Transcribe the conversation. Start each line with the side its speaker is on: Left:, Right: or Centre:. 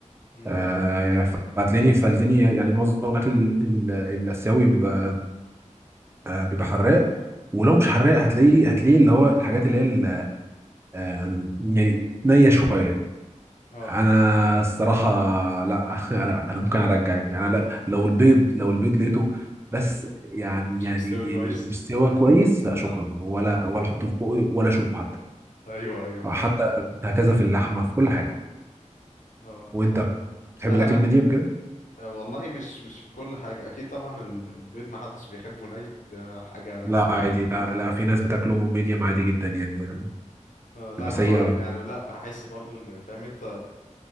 Left: امم
Right: آه، فهتلاقيني فالدنيا يعني معظم الاكل ال- ال- الاسيوي بيبقى آه، بيبقى حراق ولو مش حراق هتلاقيه هتلاقيه اللي هو الحاجات اللي هي ال- آه، يعني نيه شويه
Left: اه
Right: انا الصراحه لا <laughs> انا انا ممكن ارجع يعني أنا لا لو البيض لو البيض لقيته بس يعني
Left: مش
Right: يعني
Left: مستوي
Right: يعني
Left: كويس
Right: مستوى كويس لا
Left: اه
Right: شكرا ولا ولا احطه في بوقي ولا اشوفه حتى
Left: ايوه ايوه
Right: حتى هكذا في اللحمه في كل حاجه
Left: اه
Right: وانت بتحب
Left: لا
Right: الاكل
Left: انا
Right: الميديم كده
Left: آه، والله مش مش في كل حاجه اكيد طبعا ال- البيض ما حدش بيحبه ني ده حاجه
Right: لا عادي لا
Left: تمام
Right: لا في ناس بتاكله ميديم عادي جدا يعني
Left: آه لا
Right: بيبقى
Left: انا
Right: سيء
Left: بقى
Right: قوي
Left: يعني لا بحس برضو ان فاهم انت